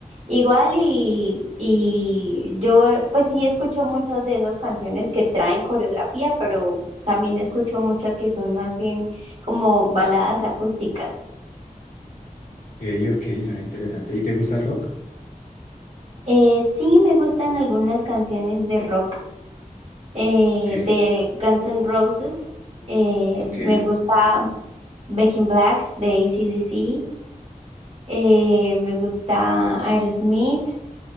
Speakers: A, on the right (about 50°); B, on the left (about 70°).
A: Igual y, y yo eh, pues sí escucho muchas de esas canciones que traen coreografía, pero también escucho muchas que son más bien como baladas acústicas.
B: que ok, ok, suena interesante. ¿Y te gusta el rock?
A: Eh, sí me gustan algunas canciones de rock eh,
B: Como que,
A: de Guns N' Roses. eh,
B: ok,
A: me gusta Back in Black de AC/DC. eh, me gusta Aerosmith.